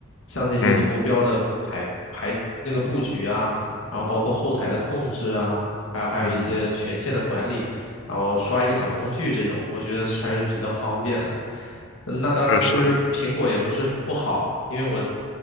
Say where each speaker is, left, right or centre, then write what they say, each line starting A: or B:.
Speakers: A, on the left; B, on the left.
A: 像那些图标的排排那个布局啊，
B: 嗯
A: 然后包括后台的控制啊，还有还有一些权限的管理，
B: 嗯，
A: 然后刷一个小工具这种，我觉得还是比较方便的。嗯那当然就是苹果也不是不好，
B: 确实，
A: 因为我